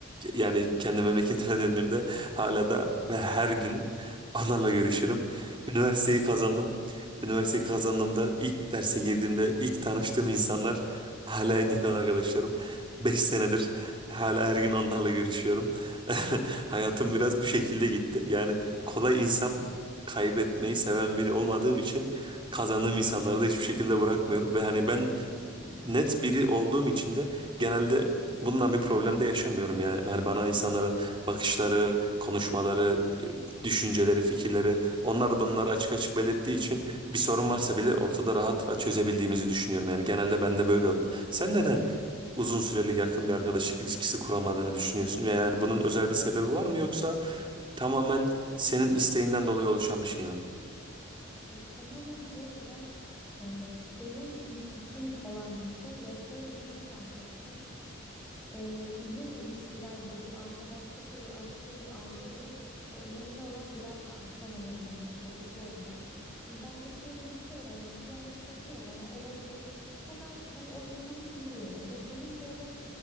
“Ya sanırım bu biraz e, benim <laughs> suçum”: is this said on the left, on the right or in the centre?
Centre